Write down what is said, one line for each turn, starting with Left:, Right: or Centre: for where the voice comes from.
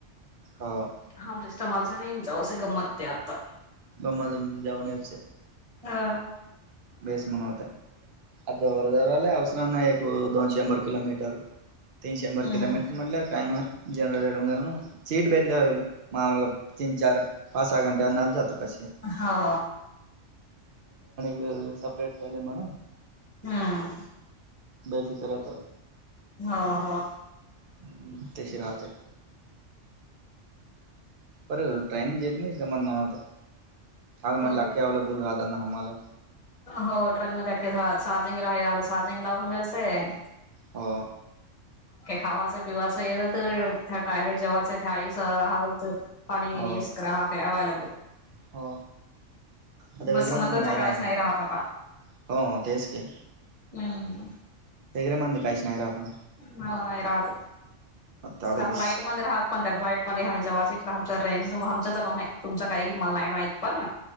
Right: हा.
Left: हांम तस् माच नाही, जाऊस गंमत ते आता.
Right: मुंबईला जाऊन यायचंय.
Left: हा..
Right: बेस म्हणवते जोर जवराले अवसराना एक दोन शंभर किलोमीटर. तीन शंभर
Left: हम्म
Right: किलोमीटर, मधलं काय नाही. जनरल डब् <unintelligible> ग सीट भेटले व मामूल <unintelligible> तिन चार. पाच सहा घंट्या ना जातो कसे.
Left: हो.
Right: <unintelligible> सपरेट झाले म्हणा.
Left: हम्.
Right: बेफ़िकर आता.
Left: हो हो..
Right: हम् तशी राहते. पर टाइम जेत जमत नाही मग आता. सांग
Left: हो
Right: मला <unintelligible> अवेले बोलू राहता ना हमाला.
Left: हो ट्रेन मध्ये अखे चार्जिंग राहिला, चार्जिंग लावून घ्यायचेय.
Right: हो.
Left: खावायचं पिवायचं येत तर, त्या टॉयलेट जेयचं त्या आयु सह राहत हो. <unintelligible>
Right: हो हो. आता वेग्र
Left: बस म्हणत
Right: मध्ये नाही
Left: त्या
Right: राहायला
Left: काहीच
Right: आहे
Left: राहत आता
Right: ना हो तेच की,
Left: हम्म.
Right: वगरे मध्ये काहीच नाही राहत ना.
Left: हा. नाही राहत,
Right: आता
Left: त्या
Right: तेच.
Left: फ्लाईट मध्ये राहत. पण, त्या फ्लाईट मध्ये आम्ही ज वाचितलं आमच रें आमंच तर तुमचं काही मला नाही माहित पण,